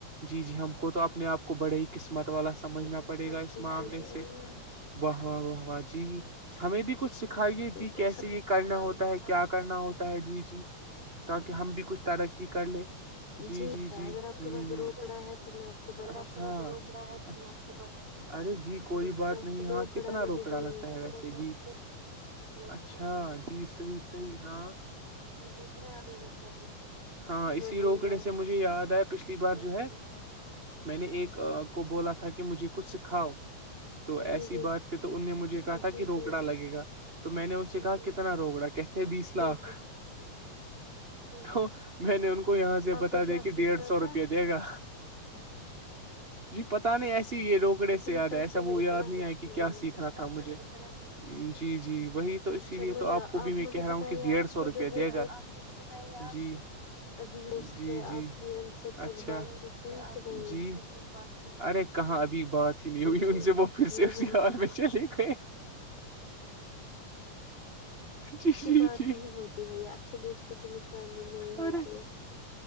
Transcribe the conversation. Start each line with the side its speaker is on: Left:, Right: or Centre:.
Right: جی جی ہم کو تو اپنے آپ کو بڑے ہی قسمت والا سمجھنا
Left: نہیں
Right: پڑے
Left: سب
Right: گا اس
Left: ٹھیک
Right: معاملے
Left: ہو جائے
Right: سے
Left: گا
Right: واہ واہ واہ واہ جی ہمیں بھی کچھ سکھائیے
Left: بالکل
Right: جی کیسے یہ کرنا ہوتا ہے کیا کرنا ہوتا ہے جی جی تاکہ ہم بھی کچھ ترقی کر لے جی
Left: جیتا
Right: جی جی
Left: اگر آپ
Right: ہ
Left: کے پاس روکڑا ہے تو میں آپ کو بتا
Right: اچھا
Left: سکتی ہوں
Right: اچھا ارے جی
Left: لیکن
Right: کوئی بات
Left: آپ
Right: نہیں
Left: روکڑا
Right: ہاں کتنا
Left: نہیں
Right: روکڑا
Left: دیں
Right: لگتا
Left: گے
Right: ہے
Left: تو
Right: ویسے جی اچھا جی صحی صحی ہاں جتر دینا چاہیے ہاں اسی
Left: وہی
Right: روکڑے
Left: ہے
Right: سے مجھے یاد آیا پچھلی بار جو ہے میں نے ایک کو بولا تھا کہ مجھے کچھ سکھاؤ تو
Left: جی
Right: ایسی
Left: جی
Right: بات پہ تو ان نے مجھے
Left: جی
Right: کہا تھا کہ
Left: جی
Right: روکڑا لگے گا تو میں نے ان سے کہا کتنا روکڑا کہتے بیس لاکھ
Left: جی جی
Right: تو میں نے ان کو یہاں سے
Left: آپ
Right: بتا
Left: کو
Right: دیا
Left: کیا
Right: کہ
Left: سیکھنا
Right: ڈیڑھ سو
Left: تھا
Right: روپیہ دے گا جی پتا نہیں ایسے ہی یہ روکڑے
Left: اتنے
Right: سے یاد
Left: پیسے
Right: ہے ایسا
Left: میں
Right: وہ
Left: اتنا
Right: یاد نہیں
Left: ہی
Right: آئے کہ
Left: ملے
Right: کیا
Left: گا
Right: سیکھنا تھا مجھے جی جی وہی تو
Left: اچھا
Right: اسی لیے
Left: مجھے
Right: تو آپ کو بھی میں
Left: مجھے
Right: کہہ رہا
Left: بتائیے
Right: ہوں کہ
Left: آپ
Right: ڈیڑھ سو
Left: کے
Right: روپیہ
Left: جو وہ
Right: دے گا جی
Left: ابیوز
Right: جی
Left: تھے
Right: جی
Left: آپ کی ان سے پھر
Right: اچھا
Left: بات چیت ہوئی کہ نہیں
Right: جی ارے کہاں ابھی بات ہی نہیں ہوئی
Left: جی
Right: ان
Left: جی
Right: سے وہ پھر سے
Left: میں
Right: اسی
Left: وہی
Right: ہار پ چلے گئے جی
Left: اچھی
Right: جی
Left: بات
Right: جی
Left: نہیں
Right: جی
Left: ہوتی ہے یہ اچھے دوستوں کی نشانی نہیں
Right: اور
Left: ہوتی ہے